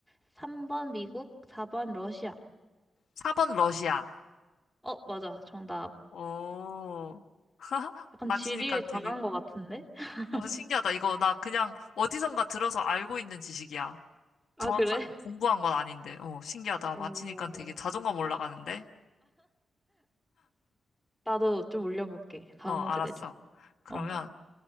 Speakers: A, in the centre; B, on the left.
A: 3번 미국, 4번 러시아.
B: 4번 러시아.
A: 어, 맞아. 정답.
B: 오. <laughs>
A: 약간
B: 맞히니까
A: 지리에 강한
B: 되게
A: 것 같은데? <laughs>
B: 어, 신기하다. 이거 나 그냥 어디선가 들어서 알고 있는 지식이야.
A: 아,
B: 정확하게
A: 그래?
B: 뭐 공부한 건 아닌데. 어, 신기하다.
A: 오.
B: 맞히니까 되게 자존감 올라가는데.
A: 나도 좀 올려볼게. 다음
B: 어, 알았어.
A: 문제 내줘.
B: 그러면,
A: 어.